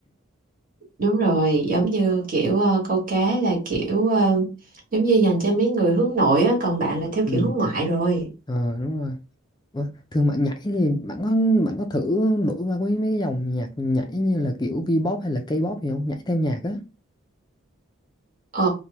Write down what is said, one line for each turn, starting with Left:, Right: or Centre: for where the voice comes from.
Right: đúng rồi giống như kiểu ờ, câu cá là kiểu ờ, giống như dành cho mấy người hướng nội á còn bạn là theo
Left: ừ.
Right: kiểu hướng ngoại rồi
Left: ờ, đúng rồi Ủa, thương bạn nhảy thì bạn có bạn có thử đổi qua mấy mấy cái dòng nhạc nhảy như là kiểu V-pop hay là K-pop gì không? Nhảy theo nhạc á.
Right: ờ